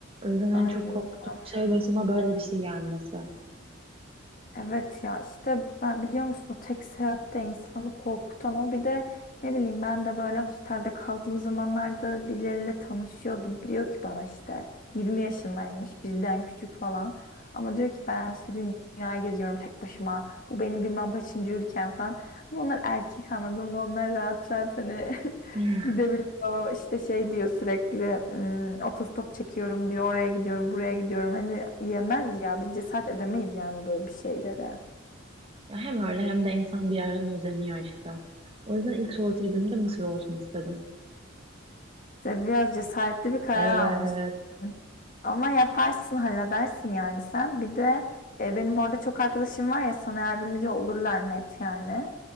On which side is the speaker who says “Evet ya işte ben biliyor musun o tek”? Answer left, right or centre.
Left